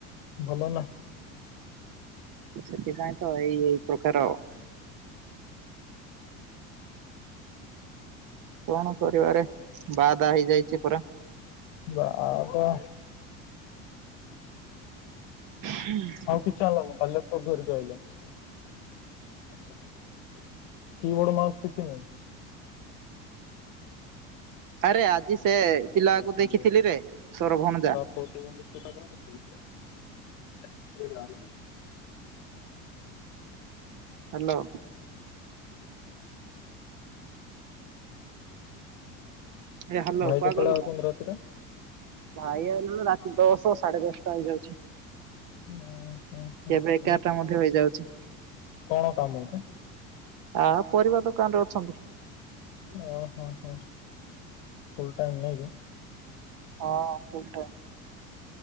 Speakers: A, on the left; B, on the right.
A: ଭଲ ନା
B: ସେଥିପାଇଁ ତ ଏଇ ଏଇ ପ୍ରକାର କଣ କରିବାରେ ବାଧା ହେଇଯାଇଛି ପୁରା
A: ବା ବା
B: ହୁଁ
A: ହଁ କିଛି ଆଲା ନ କା ଲଟ ଘରି ଆଇଲ କି ବଡ ମାଉସ କିଛି ନାହିଁ
B: ଆରେ ଆଜି ସେ ପିଲାକୁ
A: ଏଇଟା
B: ଦେଖିଥିଲି ରେ ତୋରଭଣଜା
A: <unintelligible> <inaudible>
B: ହାଲୋ ଏ ହାଲୋ
A: ଭାଇ
B: କୁଆଗଲୁ
A: କେତେବେଳେ ଆଉଛନ୍ତି ରାତିରେ?
B: ଭାଇ ଆଇଲା ଳୁ ରାତି ଦଶ ସାଢେ ଦଶଟା ହେଇଯାଉଛି
A: ଉଁ ହୁଁ ହୁଁ
B: କେବେ ଏଗାରଟା
A: ହୁଁ।
B: ମଧ୍ୟ ହେଇଯାଉଛି
A: କଣ କାମ ତ
B: ଆ ପରିବା ଦୋକାନ ରେ ଅଛନ୍ତି
A: ଓ ହୋ ହଁ ଫୁଲ ଟାଇମ ନାଇ କି
B: ହଁ ଫୁଲ ଟାଇମ୍